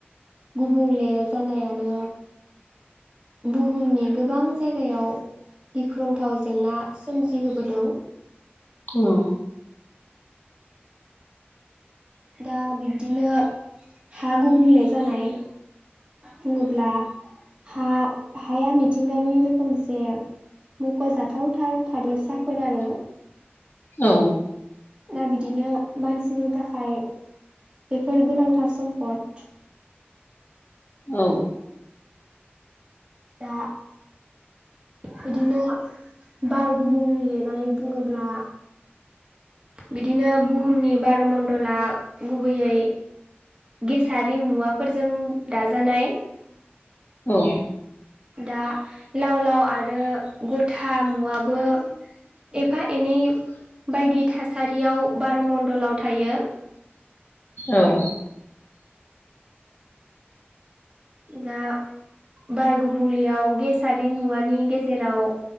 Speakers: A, on the right (about 25°); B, on the left (about 50°).
A: गुबुंले जानायानो बुहुमनि गोबां जायगायाव गिख्रंथाव जेंना सोमजिहोबोदों।
B: अम
A: दा बिब्दिनो हा गुबुंले जानाय बुङोब्ला हा हाया मिथिंगानि रोखोमसे मख'जाथाव थाव थादेरसाफोर आरो
B: औ
A: दा बिदिनो मानसिनि थाखाय बेफोर गोनांथार सम्पद
B: औ
A: दा बिदिनो बार गुबुंलेनाय बुङोब्ला बिदिनो बुहुमनि बार' मणडला गुबैयै गेसारि मुवाफोरजों दाजानाय
B: औ
A: दा लाव लाव आरो गथा मुवाबो एफा एनै बायदि थासारियाव बार' मणडलाव थायो।
B: औ
A: दा बार गुबुंलियाव गेसारि मुवानि गेजेराव